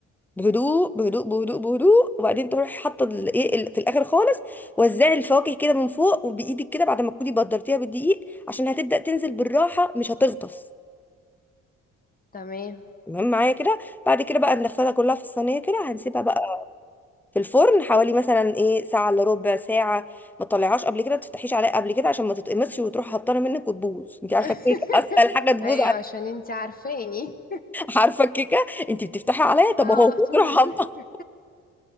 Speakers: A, in the centre; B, on the left.
A: بهدوء بهدوء بهدوء بهدوء وبعدين تروحي حاطة الايه ال- في الآخر خالص وزعي الفواكه كده من فوق وبإيدك كده بعد ما تكوني بدرتيها بالدقيق عشان هتبدأ تنزل بالراحة مش هتغطس
B: تمام
A: تمام معايا كده بعد كده بقى بنغسلها كلها في الصينيه كده هنسيبها بقى في الفرن حوالي مثلا ايه ساعه الا ربع ساعه ما تطلعهاش قبل كده ما تفتحيش عليها قبل كده عشان ما تتقمصش وتروح هبطانه منك وتبوظ انت عارفه
B: <laughs>
A: الكيكه اسهل حاجه تبوظ
B: ايوه
A: عن-
B: عشان انتي عارفاني
A: <laughs> عارفه الكيكه انت بتفتحي عليها
B: <laughs>
A: طب
B: آه، على
A: اهو وتروح
B: طول
A: هبطانه
B: <laughs>